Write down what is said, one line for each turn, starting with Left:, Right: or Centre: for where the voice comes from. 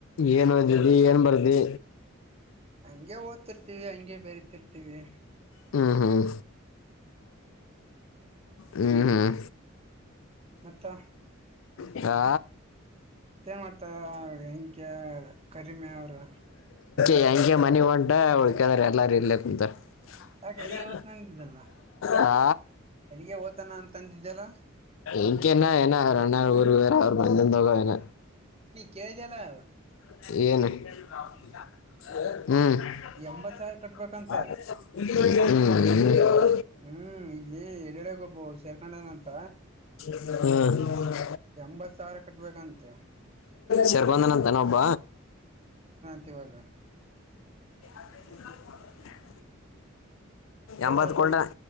Left: ಏನು ಹೊಂದಿ ಏನ್ ಬರ್ದಿ
Right: ಹಂಗೆ ಓದ್ತಿರ್ತಿವಿ ಹಂಗಗೆ ಬೆರತಿರ್ತಿವಿ
Left: ಹ್ಮ್ ಹ್ಮ್ ಹ್ಮ್ ಹ್ಮ್
Right: ಮತ್ತು
Left: ಅಹಾ
Right: ಮಾಡ್ತಾರ ಹೆಂಕ್ಯ ಕರಿಮೆ ಅವರು
Left: ಏನ್ ಹಂಗೆ ಮನಿಗಿ ಹೊಂಟ ಉಳ್ಕ್ಯದ್ರಎಲ್ಲಾರು ಇಲ್ಲೆ ಕುಂತಾರ
Right: ಯಾಕೆ ಎಲ್ಲಿಗೆ
Left: ಇಲ್ಲಾದಲಾ
Right: ಓದ್ತಾನ ಅಂದಿದ್ದಲ್ಲ
Left: ಹಾ
Right: ಎಲ್ಲಿಗೆ ಓದ್ತಾನ ಅಂತಂದಿದ್ದಲ್ಲ
Left: ಇಂಕೆನ್ನ ಏನ ಅವರ ಅನ್ನರ ಇವ ಅವರ ಬಂದಿಂದ ಹೋಗವ ಇನ
Right: ಕಿಳಿದಲಾ
Left: ಏನು ಹ್ಮ್ ಹು
Right: ಎಂಬತ್ ಸಾವಿರ ಕಟ್ಬೇಕಂತ
Left: ಹೂ ಹ್ಮ್
Right: ಹ್ಮ್ ಇಲ್ಲಿ ಯಡಹಳ್ಳಿ ನಗ ಒಬ್ಬ ಸೇರ್ಕೊಂಡನಂತ
Left: ಹ
Right: ಎಂಬತ್ತ ಸಾವಿರ ಕಟ್ಬೇಕಂತ
Left: ಸರ್ ಬಂದಾನಾಂತ ಒಬ್ಬ
Right: ಮತ್ತ ಈವಾಗ
Left: <unintelligible> ಎಂಬತ್
Right: ಸಾವಿರ ರೂಪಾಯಿ
Left: ಕೊಂಡ